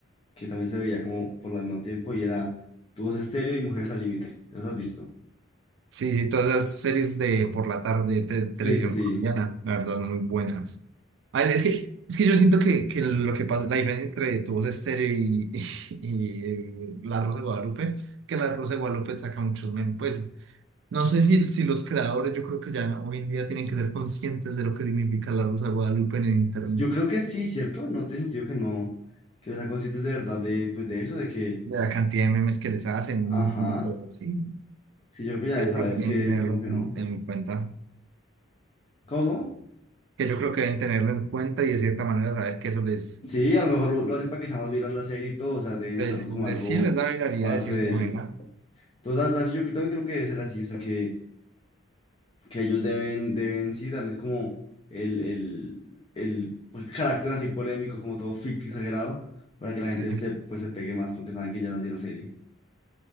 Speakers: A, on the left; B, on the right.
A: que también se veía como por el mismo tiempo y era Tubos Estéreo y Mujeres al Límite. ¿Te las has visto?
B: Sí, sí, todas esas series de por la tarde de televisión
A: Sí, sí, sí.
B: colombiana, la verdad, muy buenas. A ver, es que, es que yo siento que, que lo que pasa, la diferencia entre Tu Voz Estéreo y, <laughs> y y La Rosa de Guadalupe, que La Rosa de Guadalupe saca muchos memes. Pues no sé si, si los creadores, yo creo que ya hoy en día tienen que ser conscientes de lo que significa La Rosa de Guadalupe en el internet,
A: Yo creo que sí, ¿cierto? No tiene sentido que no, que no sean conscientes de verdad de, pues, de eso, de que,
B: de la cantidad de memes que les hacen,
A: ajá,
B: un montón de cosas, sí.
A: sí, yo creo que ya deben
B: Yo creo
A: saber
B: que
A: es
B: tienen
A: que,
B: que tenerlo
A: como que no.
B: en en cuenta,
A: ¿Cómo?
B: que yo creo que deben tenerlo en cuenta y de cierta manera saber que eso les
A: Sí, a lo mejor lo, lo hacen para que sea más viral la serie y todo, o sea, deben
B: Les,
A: usarlo como algo
B: les- sí, les da viralidad
A: parte
B: de cierta
A: de
B: manera.
A: ello. Entonces, o sea, yo también creo que debe ser así, o sea, que que ellos deben, deben sí, darles como el, el, el carácter así polémico, como todo ficticio exagerado, para que la
B: Sí,
A: gente se, pues, se pegue más porque saben que ya es así la serie.